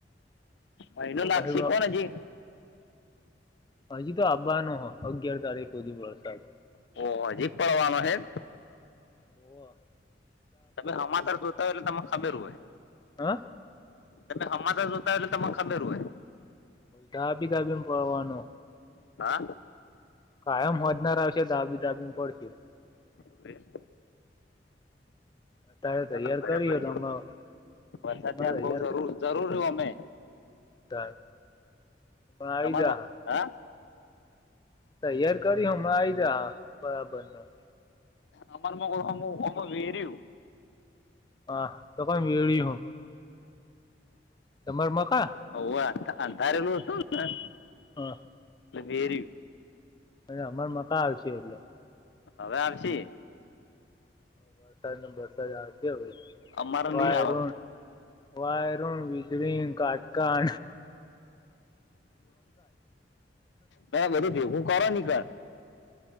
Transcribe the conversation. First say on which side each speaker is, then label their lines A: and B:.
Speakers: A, on the left; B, on the left.
A: મહિનો લાગશી
B: પછી
A: કોણ હજી?
B: હજી તો આવવાનો હ, અગિયાર તારીખ સુધી વરસાદ.
A: ઓહ, હજી પડવાનો એમ?
B: હ
A: તમે હમાચાર જોતા હોય એટલે તમે ખબેર હોય.
B: હ
A: એટલે હમાચાર જોતા હોય એટલે તમારે ખબેર હોય.
B: દાબી દાબીન પડવાનો
A: હા?
B: કાયમ હોજનાર આવશે, દાબી દાબી પડશે
A: ઠીક
B: અતારે
A: ના
B: તૈયાર
A: ના બરાબર
B: કરી એટલે
A: જો,
B: હમણાં
A: વરસાદ
B: હમણાં
A: ત્યાન
B: તૈયાર
A: બઉ જરૂર, જરૂર ઓ મે.
B: હ, આઈ
A: તમારો
B: જાહે.
A: હા
B: તૈયાર કરી, હમણા આઈ જાય, બરાબરનો.
A: અમાર ના હોય, અમાર હોમુ લેરિયુ.
B: હા તો પણ વળી હો તમાર મકા
A: હ અંધારેલું હતુંને એટ
B: હ અને
A: વેરી
B: અને અમાર મકા આવશે એટલો
A: હવે આવશે
B: વરસાદ ને વરસાદ આવતીવે
A: અમારે
B: વાય
A: નહી આવે
B: રણ વાયરોવિજળી કટકા
A: ત બધું ભેગું કરો નીક